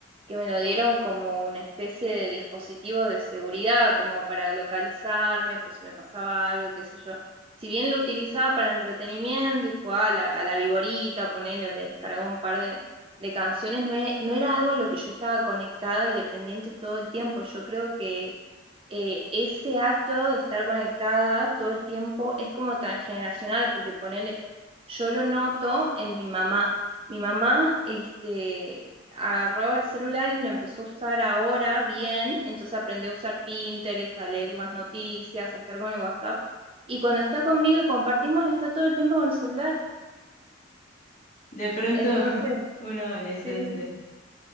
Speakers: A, on the right; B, on the left.
A: que me lo dieron como una especie de dispositivo de seguridad, como para localizarme por si me pasaba algo, qué sé yo. Si bien lo utilizaba para entretenimiento y jugaba a la, a la viborita, ponerle, le descargaba un par de, de canciones, no, e- no era algo a lo que yo estaba conectada y dependiente todo el tiempo. Yo creo que eh, ese acto de estar conectada todo el tiempo es como transgeneracional, porque ponele, yo lo noto en mi mamá. Mi mamá este, agarró el celular y lo empezó a usar ahora bien, entonces aprendió a usar Pinterest, a leer las noticias, a estar con el WhatsApp. Y cuando está conmigo y compartimos, está todo el tiempo con el celular.
B: De pronto,
A: Entonces,
B: <laughs> un adolescente.
A: sí,